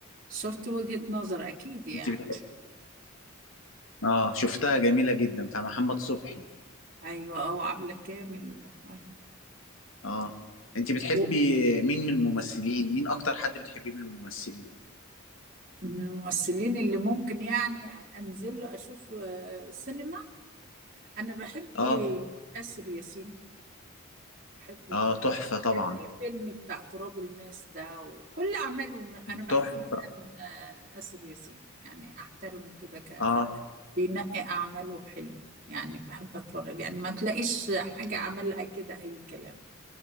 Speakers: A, on the right; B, on the left.
A: شفت وجهة نظر أكيد يعني
B: انت بتحب اه شفتها جميله جدا بتاع محمد صبحي
A: ايوه اه وعبلة كامل و- آه.
B: اه انت بتحبي
A: و-
B: مين من الممثلين مين اكتر حد بتحبيه من الممثلين
A: من الممثلين اللي ممكن يعني انزل له اشوف آه، سينما انا بحب
B: اه
A: اسر ياسين بحبه
B: اه تحفه طبعا
A: كان ليه فيلم بتاع تراب الماس ده وكل اعماله م- انا بحب
B: تحفه
A: جدا آه، اسر ياسين يعني احترمه كده ك
B: اه
A: بينقي اعماله حلوه يعني بحب اتفرج يعني ما تلاقيش حاجه عملها كده اي كلام